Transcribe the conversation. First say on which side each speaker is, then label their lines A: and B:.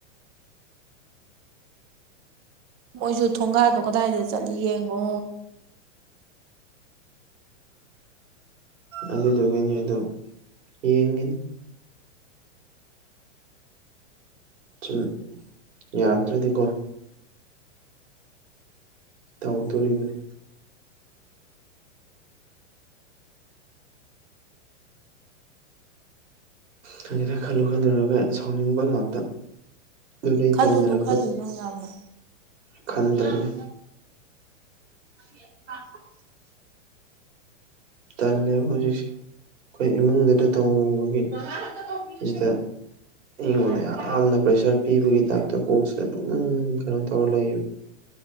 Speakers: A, on the right; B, on the right.
A: ꯃꯣꯏꯁꯨ ꯊꯣꯡꯒꯥꯗꯣ ꯀꯗꯥꯏꯗ ꯆꯠꯂꯤ ꯌꯦꯡꯉꯣ꯫
B: ꯑꯗꯨꯗꯨꯒꯤꯅꯦ ꯑꯗꯣ ꯌꯦꯡꯒꯤꯅꯤ꯫ ꯁꯨꯝ ꯌꯥꯔꯛꯇ꯭ꯔꯗꯤꯀꯣ꯫ ꯇꯧꯗꯣꯔꯤꯕꯅꯤ꯫ ꯈꯪꯗꯦꯗ ꯈꯜꯂꯨ ꯈꯜꯂꯨꯔꯒ ꯁꯥꯎꯅꯤꯡꯕ ꯉꯥꯛꯇ꯫ ꯑꯗꯨ ꯑꯩ
A: ꯈꯜꯂꯨꯅꯨ
B: ꯇꯟꯗꯅ
A: ꯈꯜꯂꯨꯅꯨ ꯌꯥꯝꯅ
B: ꯈꯟꯗꯕꯅꯤ꯫ <inaudible> ꯇꯜꯂꯦꯕ ꯍꯧꯖꯤꯛꯁꯦ ꯑꯩꯈꯣꯏ ꯏꯃꯨꯡꯗꯨꯗ ꯇꯧꯕꯒꯤ ꯁꯤꯗ꯫ ꯑꯩꯉꯣꯟꯗ ꯌꯥꯝꯅ ꯄꯩꯁꯥ ꯄꯤꯕꯒꯤ ꯇꯥꯏꯞꯇ ꯀꯣꯛꯁꯤꯗ ꯑꯗꯨꯝ ꯀꯩꯅꯣ ꯇꯧꯔ ꯂꯩꯌꯦꯕ꯫